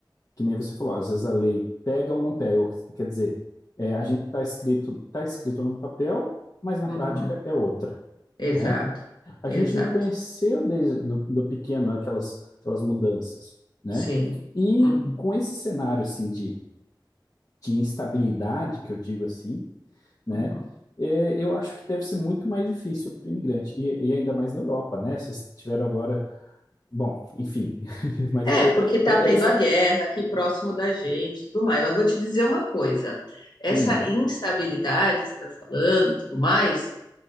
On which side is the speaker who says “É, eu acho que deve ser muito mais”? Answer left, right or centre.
Left